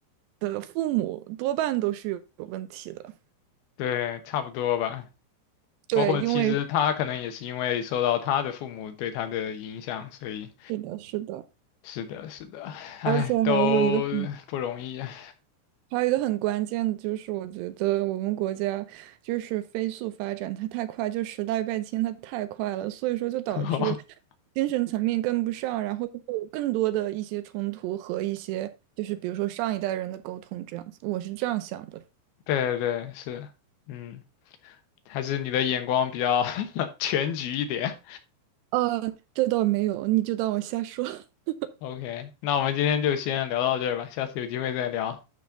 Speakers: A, on the right; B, on the left.
A: 的父母多半都是有问题的。
B: 对，差不多吧。
A: 对，
B: 包括其实他可能也是因为受到他的父母对他的影响，
A: 因为
B: 所以
A: 是的，是的，
B: 是的，是的，唉，
A: 而且还有一个很，
B: 都不容易啊。
A: 还有一个很关键的就是，我觉得我们国家就是飞速发展，它太快，就时代变迁它太快了，所以说就导致
B: <laughs>
A: 精神层面跟不上，然后就会有更多的一些冲突和一些就是比如说上一代人的沟通这样子，我是这样想的。
B: 对对对，是，嗯，还是你的眼光比较 <laughs> 全局一点。
A: 呃，这倒没有，你就当我瞎说。<laughs>
B: OK，那我们今天就先聊到这儿吧，下次有机会再聊。